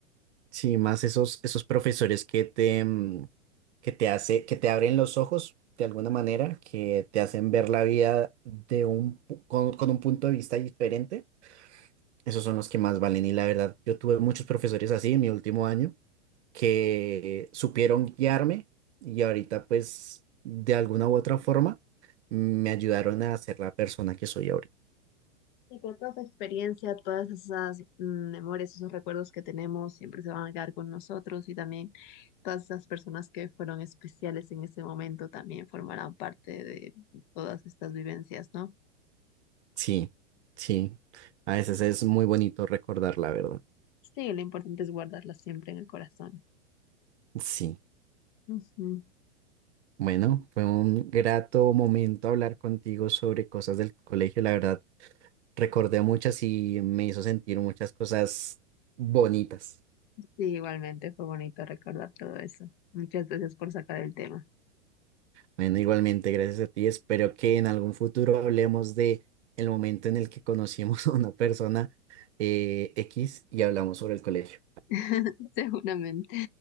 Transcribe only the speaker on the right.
Sí, más esos, esos profesores que te, mm, que te hace, que te abren los ojos de alguna manera, que te hacen ver la vida de un, pu- con, con un punto de vista diferente. Esos son los que más valen. Y la verdad, yo tuve muchos profesores así en mi último año que supieron guiarme y ahorita pues de alguna u otra forma me ayudaron a ser la persona que soy ahorita.
Sí, sí. A veces es muy bonito recordar la verdad.
Sí,
bueno, fue un grato momento hablar contigo sobre cosas del colegio. La verdad, recordé muchas y me hizo sentir muchas cosas bonitas.
Bueno, igualmente, gracias a ti. Espero que en algún futuro hablemos de el momento en el que conocimos <laughs> a una persona eh, X y hablamos sobre el colegio.